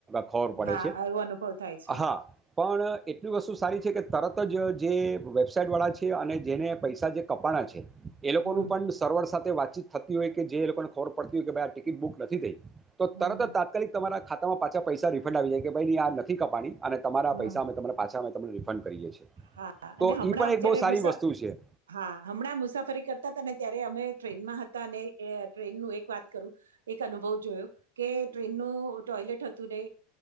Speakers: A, on the right; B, on the right.
A: ખબર પડે
B: હા
A: છે,
B: એવો અનુભવ થાય છે
A: હા પણ એટલી વસ્તુ સારી છે, કે તરત જ જે વેબસાઇટવાળા છે, અને જેને પૈસા જે કપાના છે. એ લોકોનું
B: હમ
A: પણ સાથે વાતચીત થતી હોય કે જે લોકોને ખબર પડતી હોય કે ભાઈ આ ટિકિટ બુક નથી થઈ. તો
B: હમ
A: તરત જ તાત્કાલિક તમારા ખાતામાં પાછા પૈસા રિફંડ આવી જાય કે ભાઈની આ નથી કપાની અને તમારા
B: હમ
A: પૈસા અમે તમારે પાછા અમે તને રિફંડ કરીએ છીએ.
B: હા
A: તો
B: અને હમણાં
A: ઈ પણ એક
B: જયારે
A: બહુ સારી
B: મુસા
A: વસ્તુ છે.
B: હા હમણાં મુસાફરી કરતાતા ને ત્યારે અમે ટ્રેનમાં હતા અને એ ટ્રેનનું એક વાત કરું એક અનુભવ જોયો કે ટ્રેન નું ટોયલેટ હતું ને